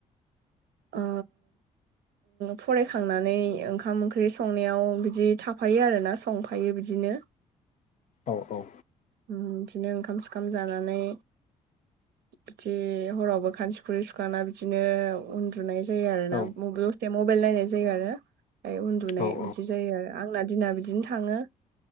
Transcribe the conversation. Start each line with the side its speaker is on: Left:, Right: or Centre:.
Right: ओ फरायखांनानै ओंखाम ओंख्रि संनायाव बिदि थाफायो आरोना संफायो बिदिनो
Left: औ औ
Right: बिदिनो ओंखाम सोखाम जानानै बिदि हरावबो खानसि खुरै सुखाना बिदिनो उन्दुनाय जायो आरो ना
Left: औ
Right: मबेल दसे मबेल नायनाय जायो आरो ओमफाय उन्दुनाय
Left: औ
Right: बिदि जायो आरो आंना दिना बिदिनो थांङो